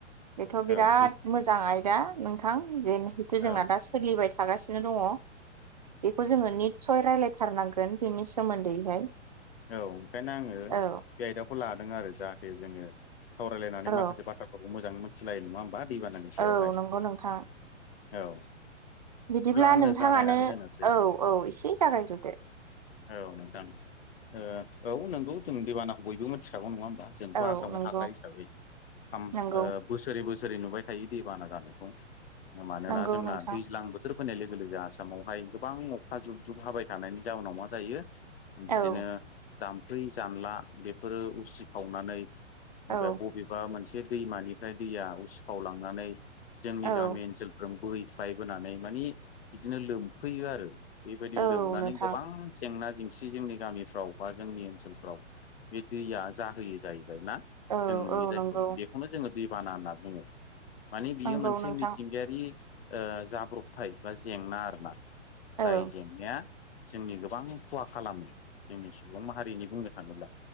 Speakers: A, on the right (about 35°); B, on the left (about 50°).
A: बेथ' बिराद
B: औ बे
A: मोजां आयदा नोंथां बेनिहिथ' जोंना
B: औ
A: दास सोलिबाय थागासिनो दङ बेखौ जोङो निट सय रायलायथारनांगोन बेनि सोमोन्दैहाय।
B: औ ओंखायनो आङो
A: औ
B: बे आयदाखौ लादों आरो जाहाथे जोङो सावरायलायनानै
A: औ
B: माखासे बाथ थ्राखौ मोजाङै मिथिलायो नङा होमबा दैबानानि सायावहाय
A: औ नंगौ नोंथां
B: औ।
A: बिदिब्ला
B: आङो
A: नोंथाङानो
B: जागायनानै होनोसै
A: औ औ एसे जागायग्रोदो।
B: औ नोंथां। ओ औ नोंगौ जों दैबानाखौ बयबो मिथिखागौ नङा होमबा? जोंथ'
A: औ
B: आसामाव
A: नंगौ
B: थाग्रा हिसाबै साम
A: नंगौ
B: हो बोसोरै बोसोरै नुबाय थायो दैबाना जानायखौ मानोना
A: नंगौ
B: जोंना
A: नोंथां
B: दैज्लां बो बोथोर फैनाय लोगो लोगो आसामावहाय गोबां अखा जुब जुब हाबाय थानायनि जाउनाव मा जायो बिदिनो
A: औ
B: जामफै जानला बेफोरो उसि फावनानै
A: औ
B: ओमफ्राय बबेबा मोनसे दैमानिफ्राय दैया उसिफावलांनानै जोंनि
A: औ
B: गामि ओनसोल बोहैख्लायबोनानै मानि बिदिनो लोमफैयो आरो। बेबायदि
A: औ
B: लोमनानै
A: नोंथां
B: गोबां जेंना जेंसि जोंनि गामिफ्राव बा जोंनि ओनसोलफ्राव बे दैया जाहोयो जाहैबाय ना
A: औ
B: जों नुयो
A: औ
B: जायखौ
A: नंगौ
B: बे खौनो जोङो दैबाना होनना बुङो मानि बियो
A: नंगौ
B: मोनसे
A: नोंथां
B: मिथिंगायारि ओ जाब्रबथाय बा जेंना आरोना जाय
A: औ
B: जेंनाया जोंनि गोबां खहा खालामो जोंनि सुबुं माहारिनि बुंनो थाङोब्ला।